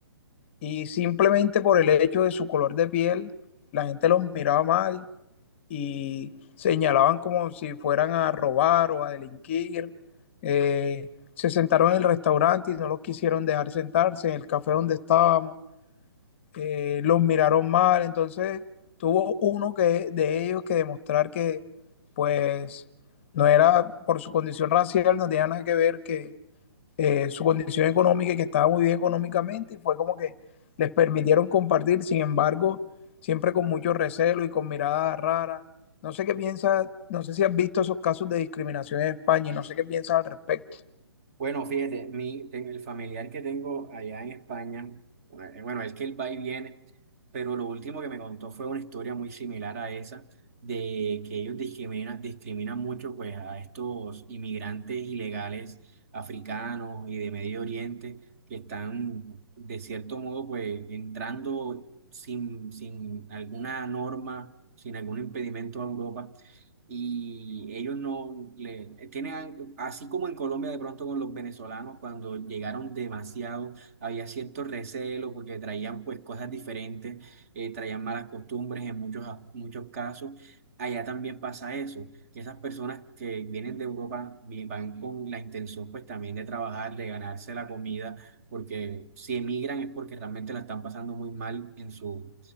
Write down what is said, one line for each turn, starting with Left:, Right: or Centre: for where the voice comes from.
Left: y simplemente por el hecho de su color de piel, la gente los miraba mal y señalaban como si fueran a robar o a delinquir. Eh, se sentaron en el restaurante y no los quisieron dejar sentarse en el café donde estábamos eh, los miraron mal, entonces tuvo uno que, de ellos que demostrar que pues no era por su condición racial, no tenía nada que ver que eh, su condición económica y que estaba muy bien económicamente y fue como que les permitieron compartir, sin embargo, siempre con mucho recelo y con miradas raras. No sé qué piensas, no sé si has visto esos casos de discriminación en España y no sé qué piensas al respecto.
Right: Bueno, fíjate, mi, ten- el familiar que tengo allá en España, eh, bueno, es que él va y viene, pero lo último que me contó fue una historia muy similar a esa, de que ellos discriminan, discriminan mucho pues a estos inmigrantes ilegales africanos y de Medio Oriente que están de cierto modo pues entrando sin, sin alguna norma, sin algún impedimento a Europa y ellos no le tienen, al- así como en Colombia de pronto con los venezolanos, cuando llegaron demasiado, había cierto recelo porque traían pues cosas diferentes, eh, traían malas costumbres en muchos, a- muchos casos. Allá también pasa eso, que esas personas que vienen de Europa vi- van con la intención pues también de trabajar, de ganarse la comida, porque si emigran es porque realmente la están pasando muy mal en su,